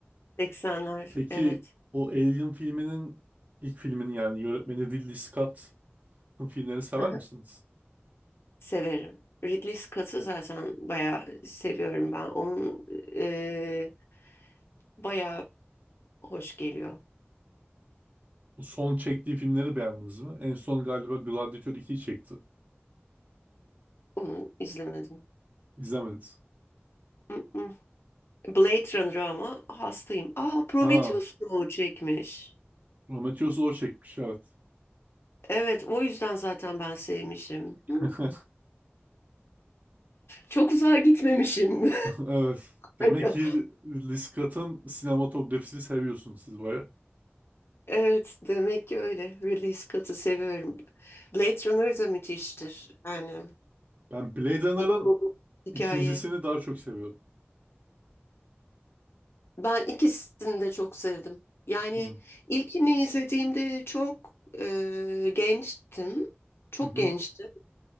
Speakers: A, on the left (about 65°); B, on the right (about 40°).
A: 80'ler
B: Peki
A: evet.
B: o Alien filminin ilk filminin yani yönetmeni Ridley Scott'ın filmlerini sever
A: Hı hı.
B: misiniz?
A: Severim. Ridley Scott'ı zaten bayağı seviyorum ben. Onun eee bayağı hoş geliyor.
B: Bu son çektiği filmleri beğendiniz mi? En son galiba Gladiator ikiyi çekti.
A: Onu izlemedim.
B: İzlemediniz.
A: Mm-mm. Blade Runner ama hastayım. Aa Prometheus
B: Ha,
A: da o çekmiş.
B: Prometheus'u o çekmiş evet.
A: Evet o yüzden zaten ben sevmişim.
B: <laughs>
A: Hı, Çok uzağa gitmemişim.
B: Evet. Demek
A: <laughs>
B: ki Ridley Scott'ın sinematografisini seviyorsunuz siz baya.
A: Evet demek ki öyle. Ridley Scott'ı seviyorum. Blade Runner da müthiştir. Yani
B: Ben Blade Runner'ın
A: dolu dolu hikaye.
B: ikincisini daha çok seviyorum.
A: Ben ikisini de çok sevdim. Yani
B: Hı
A: ilkini izlediğimde çok e, gençtim. Çok
B: hı hı
A: gençtim.